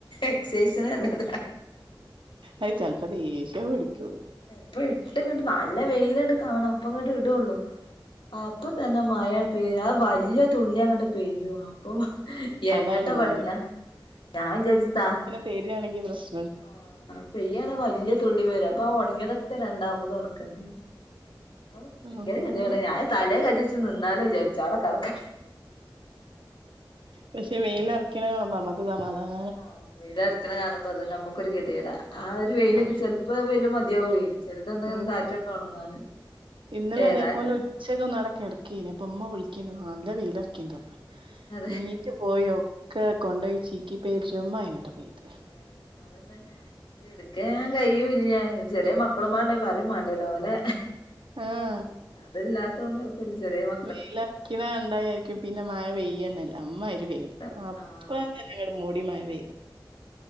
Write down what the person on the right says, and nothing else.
അയ് ചെല്പ ദേഷ്യം പിടിക്കൂ
അതാ എടങ്ങേറ്
പേര്വാണെങ്കിൽ പ്രസ്
അള്ളോ
പക്ഷേ വെയിലറക്കണ കാണുമ്പോ നമ്മക്കു സാമാധാനാ
ഉം
ഉം
ഇന്നലെ
അതേപോലെ ഉച്ചക്ക് ഒന്ന് ആടെ കെടക്കേനു. അപ്പോ ഉമ്മവിളിക്കേന്നു നല്ല വെയിലറിക്ക്ണ്ട് പറഞ്ഞിട്ട്.
നീറ്റ് പോയി ഒക്കെ കൊണ്ടയി ചീക്കി പേച്ചു മയങ്ങട്ട് പെയ്ത്
ആഹ്
വെയിലെറിക്കണ കണ്ടാ വിചാരിക്കും പിന്നെ മയ പെയ്യന്നല്ലാ അമ്മായിരി
വെയ്ല്. അപ്പന്നങ്ങനെ
മൂടി മയപെയ്ത്